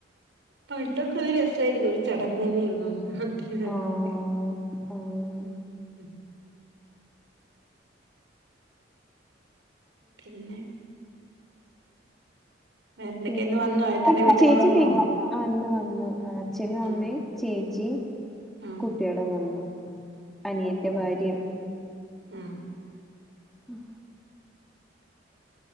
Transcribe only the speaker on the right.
പണ്ടൊക്കെ ഒരു രസായിരുന്നു ഒരു ചടങ്ങ് തന്നെയായിരുന്നു പൊട്ടിനെ ആട്ടല്
ഉം പിന്നെ? വേറെന്തൊക്കെ
ഇന്ന് വന്നോ ഏട്ടന്റെ
വീട്ടിന്ന്
വന്നോ
ആഹ്
ആഹ്
ഉം